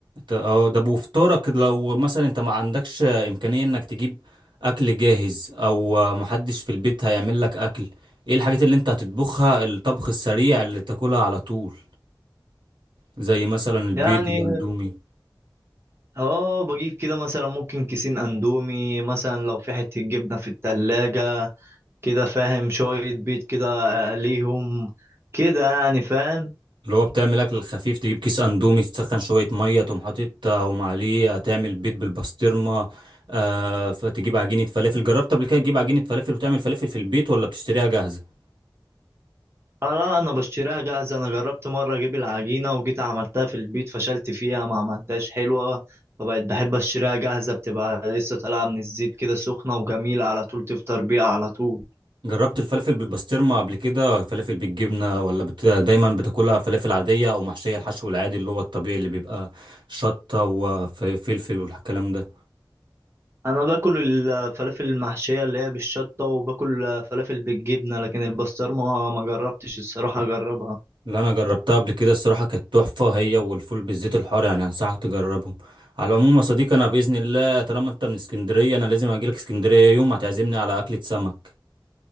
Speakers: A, on the right; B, on the right.
A: ت- اه ده بوفطارك لو مثلا انت ما عندكش امكانية انك تجيب اكل جاهز او آه، محدش في البيت هيعمل لك اكل ايه الحاجات اللي انت هتطبخها الطبخ السريع اللي تاكلها على طول زي مثلا البيض
B: يعني
A: الاندومي
B: اه بجيب كده مثلا ممكن كيسين اندومي مثلا لو في حته جبنه في التلاجة كده فاهم شويه بيض كده اقليهم كده يعني فاهم
A: اللي هو بتعمل اكل خفيف تجيب كيس اندومي تسخن شوية مية تقوم حاطط تقوم عليه تعمل بيض بالبسطرمة آه فتجيب عجينة فلافل جربت قبل كده تجيب عجينة فلافل وتعمل فلافل في البيت ولا بتشتريها جاهزة
B: اه انا بشتريها جاهزه انا جربت مره اجيب العجينه وجيت عملتها في البيت فشلت فيها ما عملتهاش حلوه فبقيت بحب اشتريها جاهزه بتبقى لسه طالعه من الزيت كده سخنه وجميله على طول تفطر بيها على طول
A: جربت الفلفل بالبسطرمة قبل كده فلافل بالجبنة ولا بت... دايما بتاكلها فلافل عادية أو محشية الحشو العادي اللي هو الطبيعي اللي بيبقى شطة وفلفل والكلام ده
B: انا باكل الفلافل المحشيه اللي هي بالشطه وباكل فلافل بالجبنه لكن البسطرمه ما جربتش الصراحه اجربها
A: اللي أنا جربتها قبل كده الصراحة كانت تحفة هي والفول بالزيت الحار يعني أنصحك تجربهم على العموم يا صديقي أنا بإذن الله طالما أنت من اسكندرية أنا لازم أجيلك اسكندرية يوم هتعزمني على أكلة سمك